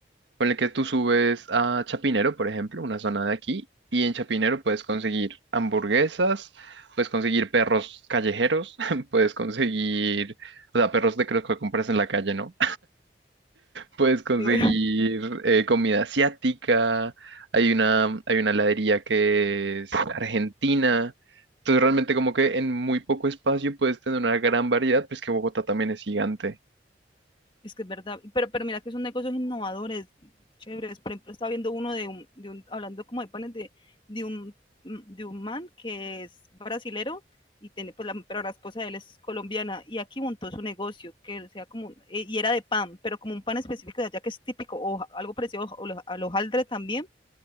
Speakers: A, on the right; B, on the left.
A: ponle que tú subes a Chapinero, por ejemplo, una zona de aquí, y en Chapinero puedes conseguir hamburguesas, puedes conseguir perros callejeros, <laughs> puedes conseguir, o sea, perros de que los que compras en la calle, ¿no? Puedes conseguir
B: Digo,
A: eh, comida asiática, hay una, hay una heladería que es argentina. Entonces realmente como que en muy poco espacio puedes tener una gran variedad, pues que Bogotá también es gigante.
B: Es que es verdad, pero, pero mira que son negocios innovadores, chéveres. Por ejemplo, estaba viendo uno de un, de un hablando como de panes de, de, un, de un man que es brasilero y tiene, pues, la, pero la esposa de él es colombiana y aquí montó su negocio, que sea como, eh, y era de pan, pero como un pan específico de allá que es típico o ja, algo parecido al hojaldre también